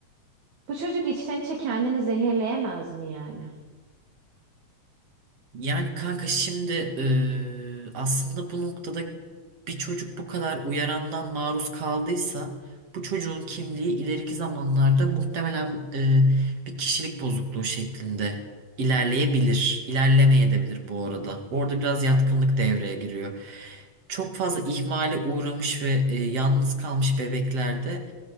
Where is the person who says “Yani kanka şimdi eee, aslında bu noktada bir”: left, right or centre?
Right